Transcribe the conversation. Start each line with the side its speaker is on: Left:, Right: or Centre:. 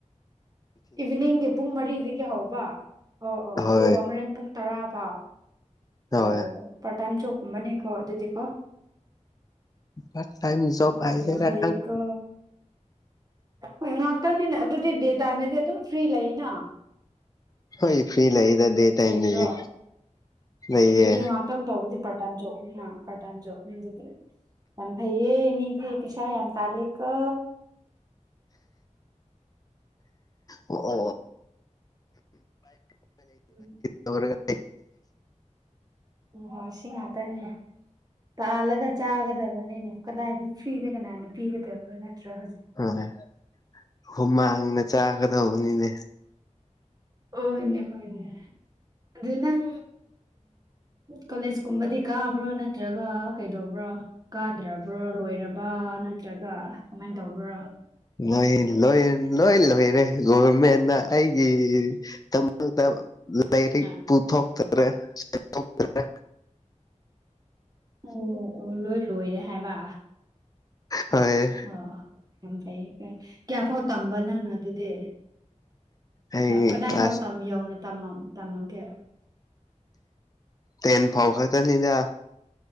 Right: ꯏꯚꯤꯅꯤꯡꯒꯤ ꯄꯨꯡ ꯃꯔꯤꯗꯒꯤ ꯍꯧꯕ ꯑꯣ ꯑꯣ
Left: ꯍꯣꯏ
Right: ꯑꯗꯨꯒ ꯍꯣꯔꯦꯟ ꯄꯨꯡ ꯇꯔꯥꯐꯥꯎ
Left: ꯍꯣꯏ
Right: ꯑꯣ ꯄꯥꯔꯠ ꯇꯥꯏꯝ ꯖꯣꯕꯀꯨꯝꯕꯅꯤꯀꯣ ꯑꯗꯨꯗꯤꯀꯣ
Left: ꯄꯥꯔꯠ ꯇꯥꯏꯝ ꯖꯣꯕ
Right: ꯑꯣ
Left: ꯍꯥꯏꯁꯤꯔ
Right: ꯌꯥꯝ ꯐꯩꯌꯦꯀꯣ
Left: ꯈꯪꯗꯦ
Right: ꯍꯣꯏ ꯉꯥꯛꯇꯪꯅꯤꯅ ꯑꯗꯨꯗꯤ ꯗꯦ ꯇꯥꯏꯝꯗꯗꯤ ꯑꯗꯨꯝ ꯐ꯭ꯔꯤ ꯂꯩꯅ
Left: ꯍꯣꯏ ꯐꯔꯤ ꯂꯩꯌꯦ ꯗꯦ ꯇꯥꯏꯝꯗꯗꯤ
Right: ꯂꯩꯇ꯭ꯔꯣ
Left: ꯂꯩꯌꯦ
Right: ꯑꯗꯨꯗꯤ ꯉꯥꯏꯍꯥꯛꯇꯪ ꯇꯧꯕꯗꯤ ꯄꯥꯔꯠ ꯇꯥꯏꯝ ꯖꯣꯕ ꯅꯤꯅ ꯄꯥꯔꯠ ꯇꯥꯏꯝ ꯖꯣꯕ ꯑꯗꯨꯗꯤ ꯌꯥꯝ ꯐꯩꯌꯦ ꯃꯤ ꯗꯤ ꯄꯩꯁꯥ ꯌꯥꯝ ꯇꯥꯜꯂꯦꯀꯣ
Left: ꯑꯣ ꯑꯣ
Right: ꯎꯝ
Left: ꯂꯣꯏꯔꯒ
Right: ꯎꯝ ꯍꯣꯏ ꯁꯤ ꯉꯥꯛꯇꯅꯦ ꯇꯥꯜꯂꯒ ꯆꯥꯒꯗꯕꯅꯦ ꯀꯗꯥꯏꯗ ꯐꯔꯤꯗ ꯀꯅꯥꯅ ꯄꯤꯒꯗꯕ ꯅꯠꯇ꯭ꯔ ꯍꯧꯖꯤꯛ
Left: ꯍꯣꯏ ꯃꯥꯅꯤ ꯍꯨꯃꯥꯡꯅ ꯆꯥꯒꯗꯧꯕꯅꯤꯅꯦ
Right: ꯑꯣ ꯍꯣꯏꯅꯦ ꯍꯣꯏꯅꯦ꯫ ꯑꯗꯨ ꯅꯪ ꯀꯣꯂꯦꯖꯀꯨꯝꯕꯗꯤ ꯀꯥꯕ꯭ꯔꯣ ꯅꯠꯇ꯭ꯔꯒ ꯀꯩꯗꯧꯕ꯭ꯔꯣ꯫ ꯀꯥꯗ꯭ꯔꯕ꯭ꯔꯣ ꯂꯣꯏꯔꯕ ꯅꯠꯇ꯭ꯔꯒ ꯀꯃꯥꯏꯅ ꯇꯧꯕ꯭ꯔꯣ꯫
Left: ꯅꯣꯏ ꯂꯣꯏ ꯂꯣꯏ ꯂꯣꯏꯔꯦ ꯒꯣꯚꯔꯃꯦꯟꯅ ꯑꯩꯒꯤ ꯃꯛꯇ ꯂꯥꯏꯔꯤꯛ
Right: ꯑꯣ
Left: ꯄꯨꯊꯣꯛꯇꯔꯦ ꯁꯦꯜ ꯊꯣꯛꯇꯔꯦ꯫
Right: ꯑꯣ ꯑꯣ ꯂꯣꯏ ꯂꯣꯏꯔꯦ ꯍꯥꯏꯕ꯫
Left: ꯍꯣꯏ꯫
Right: ꯑꯣ ꯑꯣ ꯌꯥꯝ ꯐꯩꯌꯦ ꯐꯔꯦ ꯀꯌꯥ ꯐꯥꯎ ꯇꯝꯕ ꯅꯪꯅ ꯑꯗꯨꯗꯤ꯫
Left: ꯑꯩ
Right: ꯀꯗꯥꯏ
Left: ꯀ꯭ꯂꯥꯁ
Right: ꯐꯥꯎ ꯌꯧꯅ ꯇꯝꯃꯝꯒꯦ꯫
Left: ꯇꯦꯟ ꯐꯥꯎ ꯈꯠꯇꯅꯤꯗ꯫